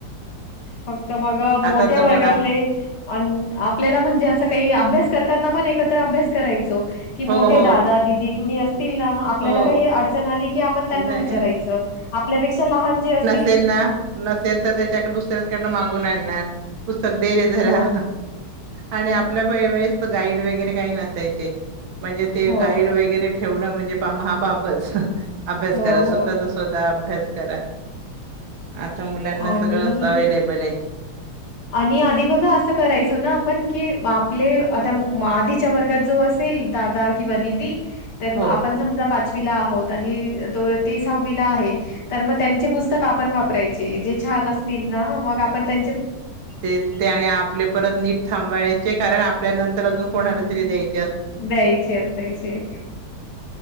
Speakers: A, on the left; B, on the right.
A: फक्त मग मोठ्या
B: आता तर
A: वर्गातले
B: आ,
A: <inaudible> आपल्याला म्हणजे अस काही अभ्यास करताना पण एकत्र अभ्यास करायचा सो कि मोठे
B: हो हो
A: दादा दिदी कुणी असतील ना आपल्याला
B: हो
A: काही अडचण आली कि आपण त्यांना
B: नाही
A: विचारायचं आपल्यापेक्षा लहान जे अस
B: नेल ना नसेल तर त्याच्याकडे दुसऱ्यांकडन मागून आणणार पुस्तक दे रे जरा
A: हो,
B: आणि आपल्या पण वेळेस तर गाईड वगैरे काही नसायचे म्हणजे ते
A: हो,
B: गाईड वगैरे ठेवणं म्हणजे पा महापापच अभ्यास
A: हो,
B: करा स्वतःचा
A: हो
B: स्वतः अभ्यास नमस्कार आता मुलांना
A: आणि
B: सगळं अवे्लेबल आहे
A: आणि आधी बघा असं करायचो ना आपण की आपले आता आधीच्या वर्गात जो असेल दादा किंवा दिदी तर
B: हो
A: आपण समजा पाचवीला आहोत आणि ते सहावीला आहेत तर मग त्यांचे पुस्तक आपण वापरायच जे छान असतील ना मग आप त्यां
B: ते ते आणि आपले परत नीट थांबायचे कारण आपल्या नंतर अजून कोणालातरी दया
A: द्यायचे असायचे